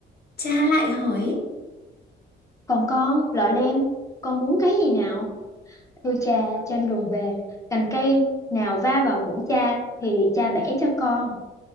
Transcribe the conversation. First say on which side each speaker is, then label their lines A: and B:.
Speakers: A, on the left; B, on the left.
A: cha lại hỏi.
B: Còn con, lọ lem, con muốn cái gì nào? Thưa cha, trên đường về, cành cây nào va vào mũ cha thì cha bẻ cho con.